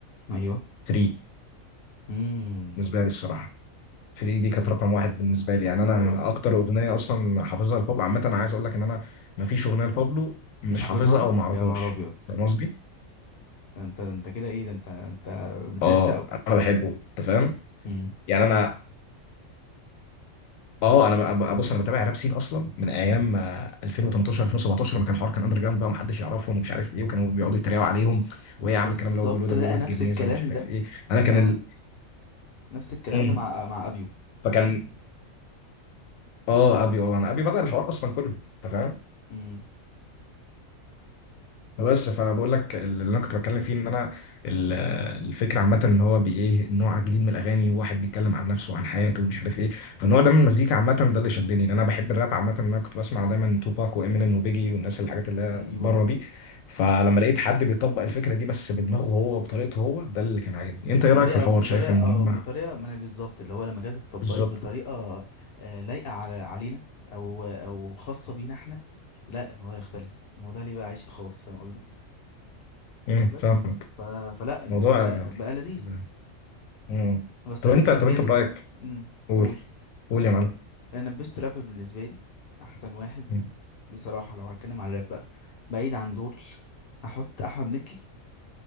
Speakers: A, on the left (about 55°); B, on the left (about 85°).
A: ايوه
B: فري
A: امم
B: بالنسبه لي الصراحه فري دي كانت
A: حلوه
B: رقم واحد بالنسبه لي يعني انا
A: حلوه بصراحه
B: اكتر اغنيه اصلا حافظها لبابلو عامه انا عايز اقول لك ان انا مفيش اغنيه لبابلو مش
A: مش حافظها
B: حافظها او ما اعرفهاش
A: يا نهار ابيض
B: فاهم قصدي
A: ده انت ده انت كده ايه ده انت انت بتعشقه
B: اه انا بحبه انت فاهم
A: امم
B: يعني انا اه انا ب- بص انا بتابع راب سين اصلا من ايام آه، 2018 2017 لما كان الحوار كان اندر جراوند بقى ومحدش يعرفهم ومش عارف ايه وكانوا بيقعدوا يتريقوا عليهم وايه يا
A: اه
B: عم
A: بالظبط
B: الكلام اللي هو بيقوله ده
A: بقى
B: بيقول لك
A: نفس
B: جميزه
A: الكلام
B: ومش عارف
A: ده
B: ايه انا كان
A: اه
B: ال...
A: نفس الكلام
B: مم.
A: ده مع مع ابيو
B: فكان اه ابي اه انا ابي بدأ الحوار اصلا كله انت فاهم
A: امم
B: بس فانا بقول لك اللي انا كنت بتكلم فيه ان انا ال- الفكره عامه ان هو بي- ايه نوع جديد من الاغاني واحد بيتكلم عن نفسه وعن حياته ومش عارف ايه فالنوع ده من المزيكا عامه ده اللي شدني لان انا بحب الراب عامه إن انا كنت بسمع دايما توباك وامينيم وبيجي والناس الحاجات اللي هي
A: ايوه
B: بره دي فلما لقيت حد بيطبق الفكره دي بس بدماغه هو وبطريقته هو ده اللي كان عاجبني انت
A: بطريقه
B: ايه رايك في الحوار
A: بطريقه
B: شايف ان
A: اه
B: هم
A: بطريقه ما انا بالظبط اللي هو لما جت اتطبقت
B: بالظبط
A: بطريقه آه، لايقه على علينا او او خاصه بينا احنا لا الموضوع يختلف الموضوع ليه بقى عشق خاص فاهم قصدي
B: امم
A: بس
B: فاهمك
A: ف... فلا الموضوع
B: موضوع
A: بقى
B: <laughs> يعني
A: بقى لذيذ
B: كده. مم.
A: بس
B: طب
A: انا
B: انت
A: بالنسبه
B: طب انت
A: لي
B: برايك
A: امم
B: قول
A: قول
B: قول يا معلم
A: انا البيست رابر بالنسبه لي احسن واحد
B: مم.
A: بصراحه لو هتكلم على الراب بقى بعيد عن دول احط احمد مكي